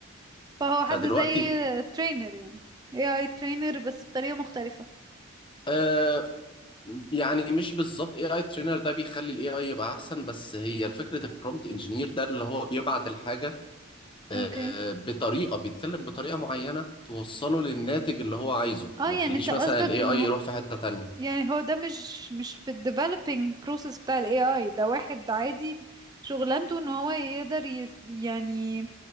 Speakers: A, on the right; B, on the left.
A: فهو
B: فدلوقتي
A: حد زي ترينر يعني اي اي ترينر بس بطريقة مختلفة
B: آه يعني مش بالظبط AI trainer ده بيخلي ال AI يبقى أحسن بس هي فكرة ال prompt engineer ده اللي هو بيبعت الحاجة آه
A: اوكي
B: بطريقة بيتكلم بطريقة معينة توصله للناتج اللي هو عايزه
A: اه
B: ما
A: يعني
B: يخليش
A: انت قصدك
B: مثلا ال AI
A: ان هو
B: يروح في حتة تانية
A: يعني هو ده مش مش في ال developing process بتاع ال AI ده واحد عادي شغلانته ان هو يقدر يس يعني